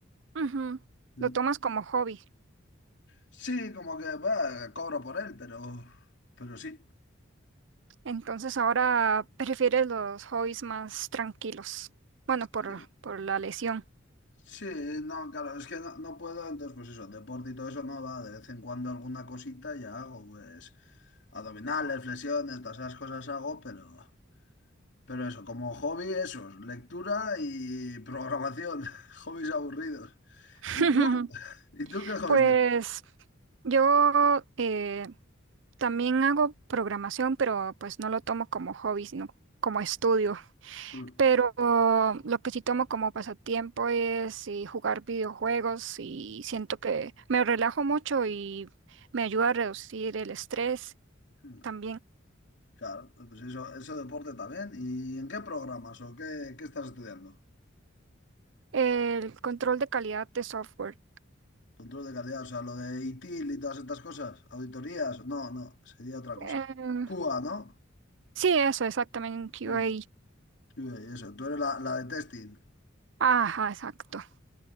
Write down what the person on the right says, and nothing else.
ujú,
Lo tomas como hobby.
Entonces ahora prefieres los hobbies más tranquilos. Bueno,
por, por la lesión.
<laughs>
Pues
yo eh, también hago programación, pero pues no lo tomo como hobby, sino como estudio.
Pero lo que sí tomo como pasatiempo es eh, jugar videojuegos y siento que me relajo mucho y me ayuda a reducir el estrés
también.
El control de calidad de software.
Em,
Sí, eso, exactamente, un QA.
Ajá, exacto.